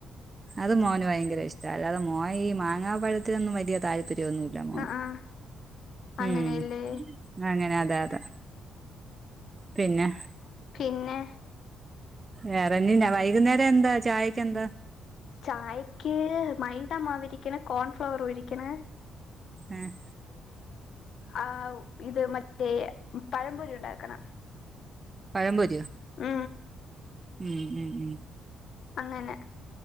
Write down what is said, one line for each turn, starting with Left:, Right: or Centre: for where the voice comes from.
Right: അത് മോന് ഭയങ്കര ഇഷ്ടാ അല്ലാതെ മോൻ ഈ മാങ്ങാപ്പഴത്തിനൊന്നും വലിയ താൽ പര്യമൊന്നുമില്ല മോന്
Left: ആഹ് ആഹ് അങ്ങനെയല്ലേ
Right: ഉം അങ്ങനെ അതെ അതെ പിന്നെ
Left: പിന്നെ
Right: വേറൊന്നുമില്ല വൈകുന്നേരം എന്താ ചായക്കെന്താ
Left: ചായക്ക് മൈദമാവിരിക്കണ് കോൺഫ്ലോറുവിരിക്കണ്
Right: ആഹ്
Left: ആഹ് ഇത് <unintelligible> പഴംപൊരി ഉണ്ടാക്കണം
Right: പഴം പ്പൊരിയോ?
Left: മ്
Right: ഉം ഉം ഉം
Left: അങ്ങനെ